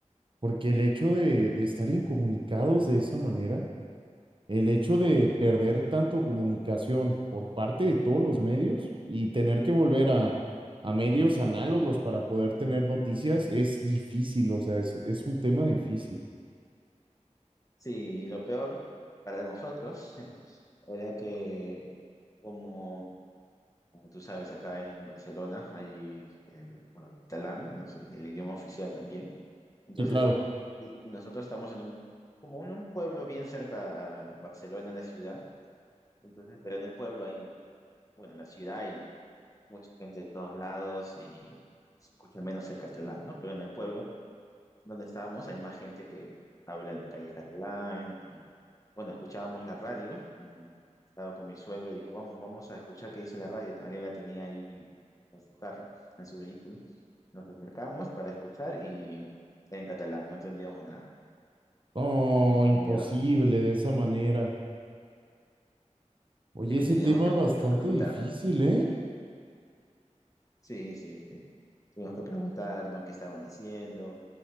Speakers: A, on the right; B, on the left.
A: porque el hecho de, de estar incomunicados de esa manera, el hecho de perder tanto comunicación por parte de todos los medios y tener que volver a, a medios análogos para poder tener noticias es difícil, o sea, es, es un tema difícil.
B: Sí, y lo peor para nosotros <laughs> era que como Como tú sabes, acá en Barcelona hay el, bueno, el catalán, ¿no? Es el idioma oficial también. Entonces,
A: Sí, claro.
B: y, y nosotros estamos en un, como en un pueblo bien cerca a Barcelona, la ciudad. Entonces, pero en el pueblo hay, bueno, en la ciudad hay mucha gente de todos lados y se escucha menos el catalán, ¿no? Pero en el pueblo donde estábamos hay más gente que habla en la calle catalán y bueno, escuchábamos la radio y estaba con mi suegro y dijo, vamos, vamos a escuchar qué dice la radio. Alguien la tenía ahí en su carro, en su vehículo. Nos acercamos para escuchar y en catalán, no entendíamos nada.
A: Oh,
B: Entonces
A: imposible
B: entendía-
A: de esa manera. Oye,
B: sí que
A: ese
B: teníamos
A: tema
B: que, pe-
A: bastante
B: que preguntar.
A: difícil, ¿eh?
B: Sí, sí, sí. Tuvimos que preguntarnos qué estaban diciendo